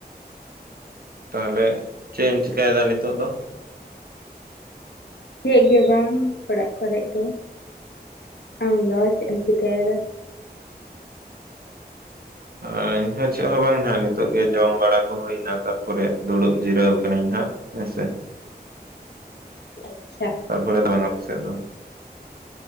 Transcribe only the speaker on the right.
ᱛᱟᱦᱚᱞᱮ ᱪᱮᱫ ᱮᱢ ᱪᱤᱠᱟᱭᱮᱫᱟ ᱱᱤᱛᱚᱜ ᱫᱚ?
ᱟᱸ ᱤᱧᱦᱚᱸ ᱪᱮᱫ ᱦᱚᱸ ᱵᱟᱝ ᱱᱟᱦᱟᱸᱜ ᱱᱤᱛ ᱛᱳᱜ ᱜᱮ ᱡᱚᱢ ᱵᱟᱲᱟ ᱠᱚ ᱦᱩᱭᱱᱟ ᱛᱟᱨᱯᱚᱨᱮ ᱫᱩᱲᱩᱵ ᱡᱤᱨᱟᱹᱣ ᱠᱟᱹᱱᱟᱹᱧ ᱱᱟᱦᱟᱸᱜ ᱦᱮᱸᱥᱮ᱾
ᱛᱟᱨᱯᱚᱨᱮ ᱵᱟᱝ, ᱟᱯᱮ ᱥᱮᱫ ᱫᱚ?